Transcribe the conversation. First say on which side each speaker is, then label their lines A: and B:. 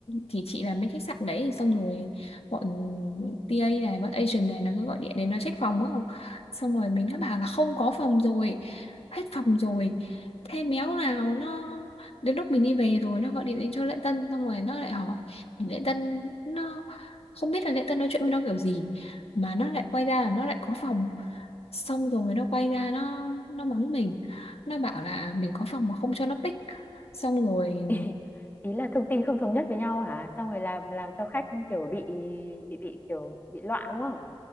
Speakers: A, on the left; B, on the left.
A: thì chị làm bên khách sạn đấy xong rồi bọn TA này bọn agent này nó cứ gọi điện đến nó check phòng á xong rồi mình đã bảo là không có phòng rồi hết phòng rồi thế méo nào nó đến lúc mình đi về rồi nó gọi điện đến cho lễ tân xong rồi nó lại hỏi lễ tân nó không biết là lễ tân nói chuyện với nó kiểu gì mà nó lại quay ra là nó lại có phòng xong rồi nó quay ra nó nó mắng mình nó bảo là mình có phòng mà không cho nó pick xong rồi
B: <laughs> Ý, ý là thông tin không thống nhất với nhau hả? Xong rồi làm làm cho khách kiểu bị bị bị kiểu bị loạn đúng không?